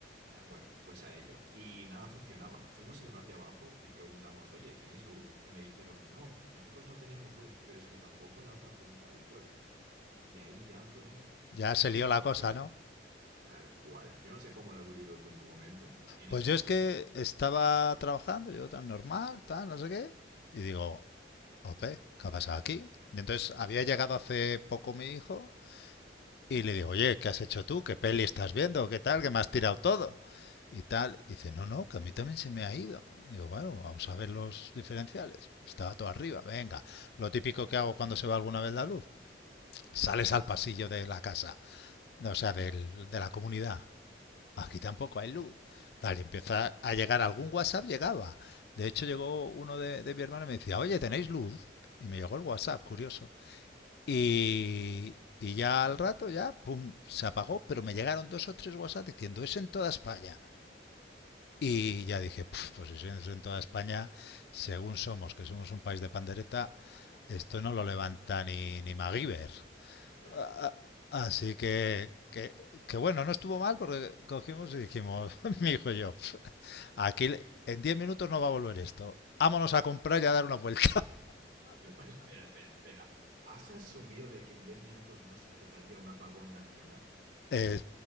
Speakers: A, on the right; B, on the left.
A: Eh, Bueno, pues a ello. Y nada funcionaba. Fuimos al bar de abajo y preguntamos, oye, ¿tenéis luz? Y me dijeron, no, nosotros no tenemos luz, pero es que tampoco en la otra punta del pueblo. Y ahí ya, Antonio, empezó
B: Ya se lió
A: la...
B: la cosa,
A: Oye,
B: ¿no?
A: tal cual. Yo no sé cómo lo has vivido tú en tu momento, en
B: Pues
A: ese momento.
B: yo es que estaba trabajando, yo tan normal, tan no sé qué, y digo, ope, ¿qué ha pasado aquí? Y entonces había llegado hace poco mi hijo Y le digo, oye, ¿qué has hecho tú? ¿Qué peli estás viendo? ¿Qué tal? ¿Qué me has tirado todo? Y tal. Y dice, no, no, que a mí también se me ha ido. Y Digo, bueno, vamos a ver los diferenciales. Estaba todo arriba, venga. Lo típico que hago cuando se va alguna vez la luz. Sales al pasillo de la casa, o sea, del- de la comunidad. Aquí tampoco hay luz. Tal, y empieza a llegar algún WhatsApp, llegaba. De hecho, llegó uno de, de mi hermana y me decía, oye, ¿tenéis luz? Y me llegó el WhatsApp, curioso. Y, y ya al rato, ya, pum, se apagó, pero me llegaron dos o tres WhatsApp diciendo, es en toda España. Y ya dije, pues si es en toda España, según somos, que somos un país de pandereta, esto no lo levanta ni, ni MacGyver.
A: Tal
B: A-
A: cual.
B: Así que, que, que bueno, no estuvo mal porque cogimos y dijimos, <laughs> mi hijo y yo, "Pf, aquí le- en 10 minutos no va a volver esto. Vámonos a comprar y a dar una vuelta.
A: <laughs> Espera, espera, espera. ¿Has asumido de que en 10 minutos no se arreglaría un apagón nacional?
B: Eh,